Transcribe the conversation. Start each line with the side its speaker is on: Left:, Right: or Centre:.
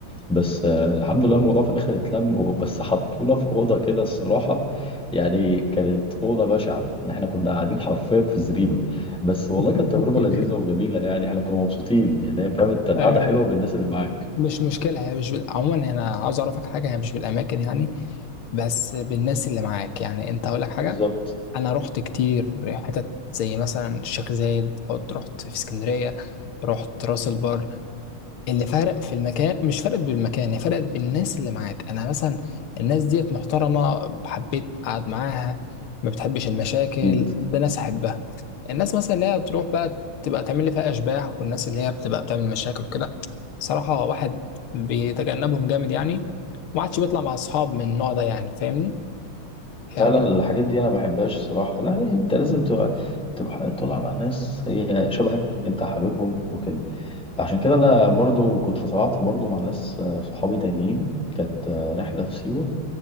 Centre: بس آه، الحمد لله الموضوع في الاخر اتلم و- بس حطونا في اوضه كده الصراحه يعني كانت اوضه بشعه ان احنا كنا قاعدين حرفيا في زريبه بس والله
Left: <laughs>
Centre: كانت تجربه لذيذه وجميله يعني احنا كنا مبسوطين يعني هي فاهم انت القعده
Left: آه،
Centre: حلوه بالناس اللي معاك
Left: مش مشكلة هي مش بال... عموما أنا عاوز أعرفك حاجة هي مش بالأماكن يعني بس بالناس اللي معاك يعني أنت هقول لك حاجة
Centre: بالظبط
Left: أنا رحت كتير حتت زي مثلا الشيخ زايد رحت رحت في اسكندرية رحت راس البر اللي فرق في المكان مش فرقت بالمكان هي فرقت بالناس اللي معاك انا مثلا الناس ديت محترمه حبيت اقعد معاها ما بتحبش المشاكل
Centre: اكيد
Left: ده ناس احبها الناس مثلا اللي هي بتروح بقى تبقى تعمل لي فيها اشباح والناس اللي هي بتبقى بتعمل مشاكل وكده صراحه واحد بيتجنبهم جامد يعني ما عادش بيطلع مع اصحاب من النوع ده يعني فاهمني يعني
Centre: لا لا الحاجات دي انا ما بحبهاش الصراحه لا انت لازم تبقى تروح طالع مع ناس هي شبهك انت حاببهم وكده عشان كده انا برضه كنت طلعت برضه مع ناس آه، صحابي تانيين كانت آه، رحله في سيوه